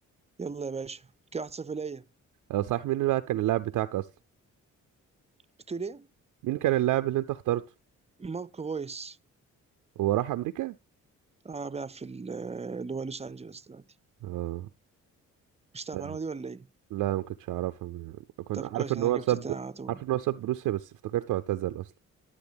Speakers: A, on the right; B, on the right.
A: يلا يا باشا كده 1-0 ليا
B: آه، صح مين بقى كان اللاعب بتاعك اصلا
A: بتقول ايه؟
B: مين كان اللاعب اللي انت اخترته
A: ماركو رويس
B: هو راح امريكا
A: اه بيلعب في ال- اللي هو لوس انجلوس دلوقتي
B: اه
A: مش تعرف
B: طيب.
A: المعلومه دي ولا ايه؟
B: لا ما كنتش اعرفها كنت
A: طب
B: عارف
A: كويس
B: ان
A: إن
B: هو
A: انا جبت
B: ساب
A: تاني على طول
B: عارف ان هو ساب روسيا بس افتكرته اعتزل اصلا